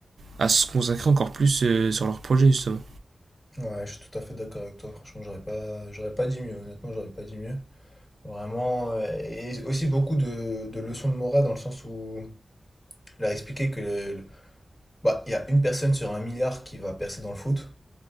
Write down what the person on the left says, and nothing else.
Ouais, je suis tout à fait d'accord avec toi. Franchement, j'aurais pas, j'aurais pas dit mieux. Honnêtement, j'aurais pas dit mieux. Vraiment, euh, et aussi beaucoup de, de leçons de morale dans le sens où il a expliqué que le- le- bah, il y a une personne sur un milliard qui va percer dans le foot